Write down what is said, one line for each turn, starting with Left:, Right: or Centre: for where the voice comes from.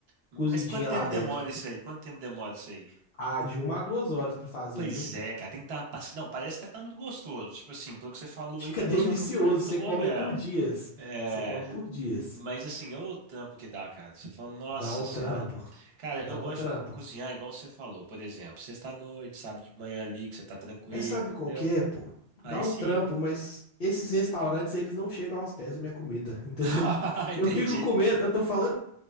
Right: mas
Left: cozidinha
Right: quanto tempo
Left: lá dentro.
Right: demora isso aí? Quanto tempo demora isso aí?
Left: Ah, de uma a duas horas pra fazer,
Right: Pois
Left: viu?
Right: é, cara, tem que estar uma paci- Não, parece que tá muito gostoso. Tipo assim, pelo que você falou
Left: Fica
Right: aí, parece
Left: <laughs> delicioso,
Right: uma comida muito
Left: você
Right: boa
Left: come
Right: mesmo.
Left: por dias.
Right: É,
Left: Você come por dias.
Right: mas assim, olha o trampo que dá, cara. Você fala, nossa
Left: Dá um
Right: senhora.
Left: trampo,
Right: Cara,
Left: dá
Right: eu gosto
Left: um trampo.
Right: de cozinhar igual você falou, por exemplo, sexta-noite, sábado de manhã ali, que você tá tranquilo,
Left: É sabe qual
Right: entendeu?
Left: que é, pô?
Right: Aí
Left: Dá um
Right: sim.
Left: trampo, mas esses restaurantes, eles não chegam aos pés da minha comida, <laughs> entendeu?
Right: <laughs> Entendi.
Left: Eu fico comendo, eu tô falando